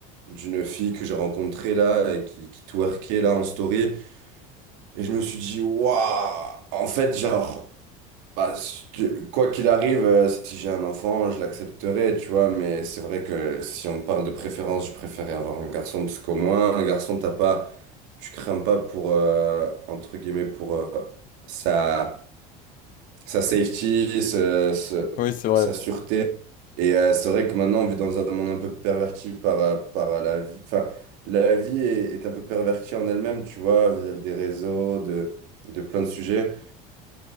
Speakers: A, on the right; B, on the left.
A: d'une fille que j'ai rencontrée là, et qui, qui twerkait là en story. Et je me suis dit, waouh, en fait, genre. Bah, si tu- quoi qu'il arrive, euh, si j'ai un enfant, je l'accepterai, tu vois, mais c'est vrai que si on parle de préférence, je préférais avoir un garçon, parce qu'au moins, un garçon, t'as pas, tu crains pas pour, euh, entre guillemets, pour euh, sa, sa safety, ce- ce-
B: Oui, c'est vrai.
A: sa sûreté. Et euh, c'est vrai que maintenant, on vit dans un monde un peu perverti par, euh, par la vie, enfin, la vie est, est un peu pervertie en elle-même, tu vois, vis-à-vis des réseaux, de, de plein de sujets.